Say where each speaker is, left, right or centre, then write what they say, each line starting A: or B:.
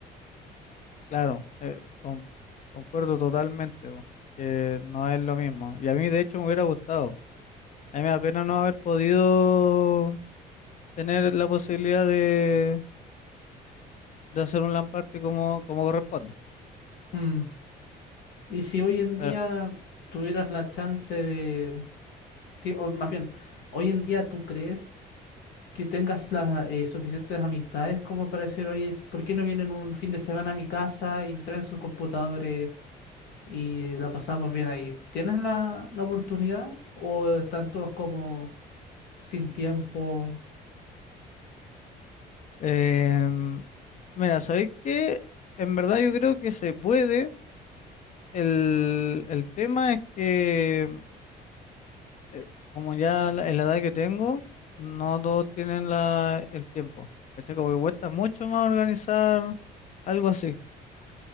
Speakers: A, on the left (about 45°); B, on the left (about 75°).
A: claro, eh, con- concuerdo totalmente, po, que no es lo mismo. Y a mí, de hecho, me hubiera gustado. A mí me da pena no haber podido tener la posibilidad de de hacer un lamparte como, como corresponde.
B: Mm. Y si hoy en
A: ¿verdad?
B: día tuvieras la chance de, que- o más bien, hoy en día tú crees que tengas las eh, suficientes amistades como para decir, oye, es- ¿por qué no vienen un fin de semana a mi casa y traen sus computadores? y eh, la pasamos bien ahí. ¿Tienes la, la oportunidad o están todos como sin tiempo,
A: Em, mira, ¿sabéis qué? En verdad yo creo que se puede. El, el tema es que, eh, como ya la- en la edad que tengo, no todos tienen la, el tiempo. ¿Cachai? Como que cuesta mucho más organizar algo así.